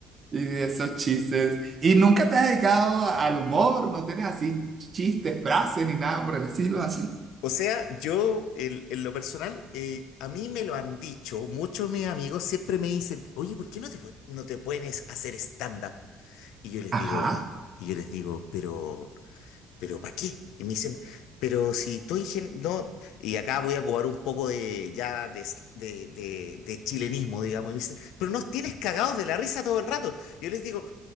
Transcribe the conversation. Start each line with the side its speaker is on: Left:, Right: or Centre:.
Right: Y de esos chistes. ¿Y nunca te has dedicado a- al humor? ¿No tienes así chistes, frases ni nada por el estilo así?
Left: O sea, yo el- en lo personal, eh, a mí me lo han dicho, muchos de mis amigos siempre me dicen, oye, ¿por qué no te, pon- no te pones a hacer stand-up? Y yo les
Right: Ajá,
Left: digo, y yo les digo, pero... ¿Pero para qué? Y me dicen, pero si tú ingen... no, y acá voy a cobrar un poco de ya de, de, de- de chilenismo, digamos, y me dicen, pero nos tienes cagados de la risa todo el rato. Yo les digo,